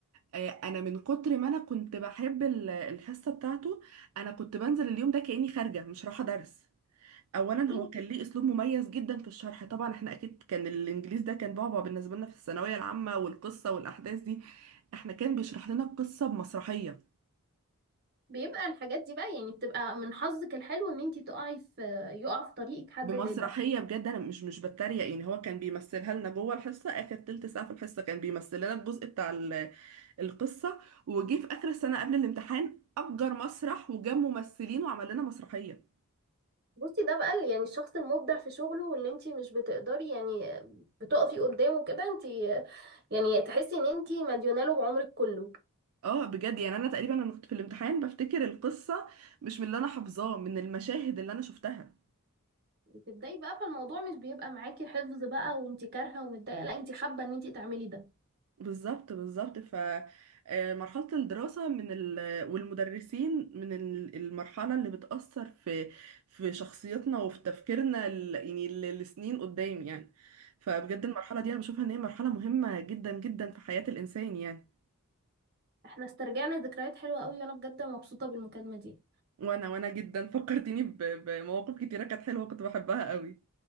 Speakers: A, on the right; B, on the right.
A: آه، انا من كتر ما انا كنت بحب ال- الحصه بتاعته انا كنت بنزل اليوم ده كاني خارجه مش رايحه درس اولا
B: إيه،
A: هو كان ليه اسلوب مميز جدا في الشرح طبعا احنا اكيد كان الانجليزي ده كان بعبع بالنسبه لنا في الثانويه العامه والقصه والاحداث دي احنا كان بيشرح لنا القصه بمسرحيه
B: بيبقى الحاجات دي بقى يعني بتبقى من حظك الحلو ان انتي تقعي في يقع في طريقك حد
A: بمسرحية
B: زي ده
A: بجد أنا مش مش بتريق يعني هو كان بيمثلها لنا جوه الحصة آخر تلت ساعة في الحصة كان بيمثل لنا الجزء بتاع ال- القصة وجي في آخر السنة قبل الامتحان أجر مسرح وجاب ممثلين وعمل لنا مسرحية
B: بصي ده بقى ال- يعني الشخص المبدع في شغله واللي انت مش بتقدري يعني بتقفي قدامه كده انت يعني تحسي ان انت مديونه له بعمرك كله
A: اه بجد يعني أنا تقريبا أنا كنت في الامتحان بفتكر القصة مش من اللي أنا حافظاه من المشاهد اللي أنا شفتها
B: بتبدأي بقى فالموضوع مش بيبقى معاكي حفظ بقى وانتي كارهة ومتضايقة لا انتي حابة ان انتي تعملي ده
A: بالظبط بالظبط فمرحلة الدراسة من ال... والمدرسين من ال- المرحلة اللي بتأثر في في شخصيتنا وفي تفكيرنا ال... يعني ل- لسنين قدام يعني فبجد المرحلة دي أنا بشوفها إن هي مرحلة مهمة جدا جدا في حياة الإنسان يعني
B: احنا استرجعنا ذكريات حلوة قوي وانا بجد مبسوطة بالمكالمة دي
A: وأنا وأنا جدا <laughs> فكرتيني ب... بمواقف كتيرة كانت حلوة كنت بحبها قوي